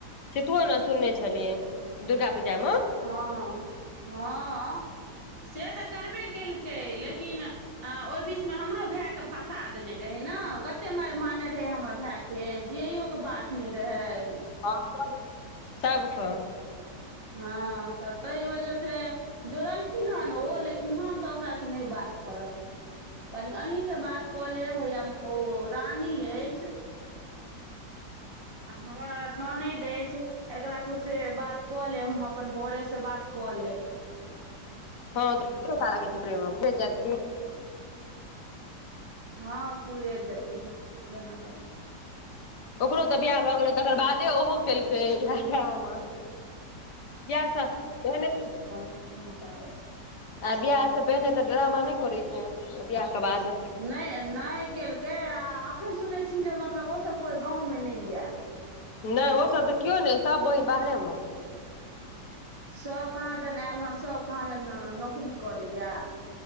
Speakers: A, on the left; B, on the right.
A: सितुओ नले सुनने छेलियै दुर्गा पूजा में
B: हँ हँ से तऽ करबे केलकै लेकिन ह ओइ बीच मे हमरो भाय के फंसा देने रहै न कते मारि मारने से हमर भाय के जिययौ के बात नहि रहै
A: हँ सब सब क
B: हँ तऽ ताहि वजह से जोड़लखिन हन ने ओ लेकिन हम तऽ ओकरासँ नहि बात करब कनी अहीं से बात कऽ लेब हैया ओ रानी अछि हमरा ननेद अछि एकरा सबसे बात कऽ लेब हम अपन बरे से बात कऽ लेब
A: हँा प्रेम <unintelligible>
B: हँ पूइरे जेतै जेना तेना
A: ओकरो तऽ बियाह भऽ गेलै तेकर बादे ओहो केलकै इहे ड्रामा गस त <unintelligible>
B: धुनों पागल छै
A: आ बियाह से पहिने तऽ ड्रामा नहि करै छै बियाह क बाद
B: नहि नहि केलकै आ अखन सुनै छी जे मतलब ओ सब कोई गाँव में नहि यए
A: नइ ओ सब तऽ केओ नइ सब बहिन बाहरे मे
B: सब कहाँ दन आयल हन सब कहांदन नौकरी करैये